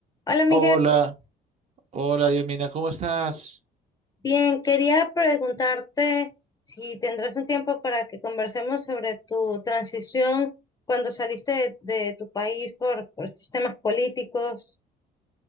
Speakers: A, on the left; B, on the right.
A: Hola Miguel,
B: Hola, hola Diomina, ¿cómo estás?
A: bien, quería preguntarte si tendrás un tiempo para que conversemos sobre tu transición cuando saliste de, de tu país por, por estos temas políticos.